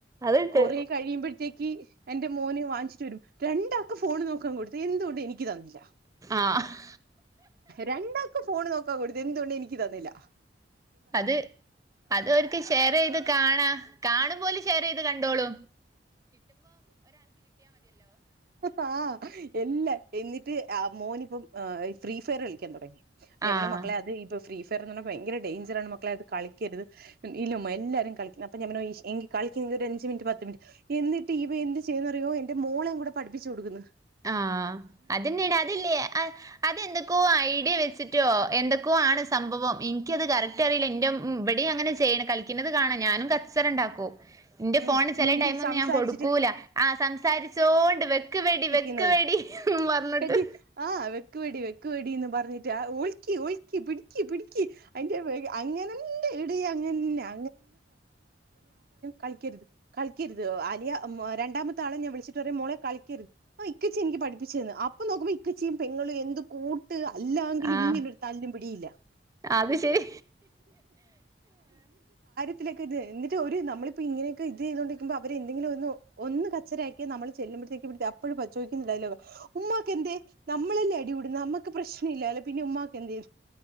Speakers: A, on the right; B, on the right.
A: അതുണ്ട്
B: കൊറെ കഴിയുമ്പോളത്തേക്ക് എന്റെ മോന്‌ വാങ്ങിച്ചിട്ടു വരും. രണ്ടാൾക്കും ഫോണ് നോക്കാൻ കൊടുത്തു എന്തുകൊണ്ടെനിക്കുതന്നില്ല.
A: ആഹ്
B: രണ്ടാൾക്കും ഫോണ് നോക്കാൻ കൊടുത്തു. എന്തുകൊണ്ടെനിക്കുതന്നില്ല.
A: അത്, അതവർക്കു ഷെയർചെയ്തുകാണാം. കാണുംപോലെ ഷെയർചെയ്ത് കണ്ടോളൂ
B: ആ എല്ലാമെന്നിട്ട് ആ, മോനിപ്പം ഫ്രീഫയർ കളിക്കാൻ തുടങ്ങി ഞമ്മുടെമക്കളെയതിപ്പം
A: ആഹ്
B: ഫ്രീഫയറെന്നുപറഞ്ഞാൽ ഭയങ്കരഡേഞ്ചറാണ് മക്കളെ അതുകളിക്കരുത്. ഇല്ലമ്മ എല്ലാവരും കളിക്കുന്നതാ അപ്പ ഞങ്ങള് ഈ കളി അഞ്ചുമിനിറ്റ് പത്തുമിനിറ്റ് എന്നിട്ട് ഇവനെന്തുചെയ്തെന്നറിയുമോയെന്റെ മോളേയും കൂടെ പഠപ്പിച്ചു കൊടുക്കുന്നു. കൊടുക്കുന്നു
A: ആ അതനെയാണ് അതില്ലേ അതെന്തൊക്കെ ഐഡി വെച്ച് മറ്റെന്തൊക്കയോയാണ് സംഭവം. എനിക്കത് കറക്റ്ററിയില്ല എന്റെ ഇവിടെയുമങ്ങനെ ചെയ്യുന്ന കളിക്കുന്നതുകാണാം ഞാനാ ഞാനുംകച്ചറഉണ്ടാക്കും എന്റെ
B: ഉം
A: ഫോണ്ചില
B: മുണ്ടി
A: ടൈമൊന്നും
B: സംസാരിച്ചിട്ട്
A: ഞാൻ കൊടുക്കൂല ആ സംസാരിച്ചോണ്ട് ആ വെക്ക് വെടി
B: ആ
A: വെടി പറഞ്ഞിട്ട്
B: വെടി ആ വെക്കുവെടി വെക്കു വെടീന്ന് പറ പറഞ്ഞിട്ടാഓൾക്കി ഓൾക്കി പിടിക്ക് പിടിക്ക് അതിന്റെ വേഗ അങ്ങനെയുണ്ടെടീയങ്ങനെയില്ലാ കളിക്കരുത്, കളിക്കരുത് വലിയ രണ്ടാമത്തെയാളെ ഞാൻ വിളിച്ചിട്ടു പറയുംമോളെ കളിക്കരുത് ഓ ഇക്കച്ചയെനിക്ക് പഠിപ്പിച്ചിരുന്നു. അപ്പൊ നോക്കുമ്പോളിക്കച്ചിയും പെങ്ങളും എന്ത്കൂ ട്ട് അല്ലാങ്കി ലിങ്ങനൊരു
A: ആഹ്
B: തല്ലും പിടിയില്ല.
A: അത് ശെരി
B: ത്തിലെക്കെത് എന്നിട്ട് ഒര് നമ്മളി പ്പ ഇങ്ങനെക്കെ ഇത് ചെയ്തൊണ്ടിരിക്കുമ്പോ അവരെന്തെങ്കിലുമൊന്ന് ഒന്ന് കച്ചരയാക്കിയ നമ്മള് ചെല്ലുമ്പഴത്തേക്കും <unintelligible> അപ്പഴും <unintelligible> പരിശോധിക്കുന്നുണ്ടായിരി, <unintelligible> ഉമ്മാക്കെന്തേ നമ്മളല്ലേ അടികൂടുന്നേ നമ്മക്ക് പ്രശ്നല്ലാലോ പിന്നെ ഉമ്മക്കെന്തേ